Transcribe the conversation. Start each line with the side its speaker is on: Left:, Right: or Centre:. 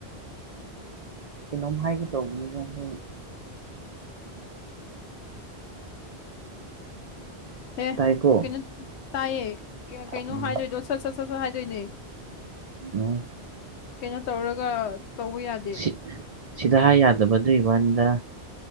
Right: ꯀꯩꯅꯣꯝ ꯍꯥꯏꯒꯦ ꯇꯧꯕꯅꯤꯗꯥ <unintelligible>
Left: ꯑꯦ
Right: ꯇꯥꯏꯀꯣ
Left: ꯀꯩꯅꯣ ꯇꯥꯏꯌꯦ ꯀꯩꯅꯣ
Right: ꯎꯝ
Left: ꯍꯥꯏꯗꯣꯏꯗꯣ ꯁꯠ ꯁꯠ ꯁꯠ ꯁꯠ ꯍꯥꯏꯗꯣꯏꯅꯦ
Right: <unintelligible>
Left: ꯀꯩꯅꯣ ꯇꯧꯔꯒ ꯇꯧꯕ ꯌꯥꯗꯦ
Right: ꯁꯤ ꯁꯤꯗ ꯍꯥꯏ ꯌꯥꯗꯕꯗꯨꯒꯤ ꯋꯥꯟꯗ